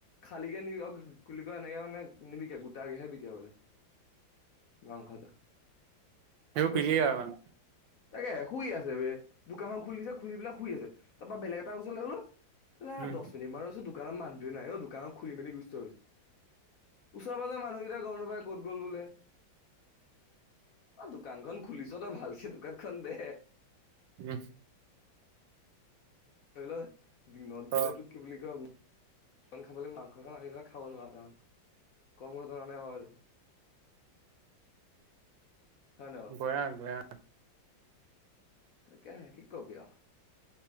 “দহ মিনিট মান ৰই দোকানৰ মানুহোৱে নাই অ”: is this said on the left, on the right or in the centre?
Left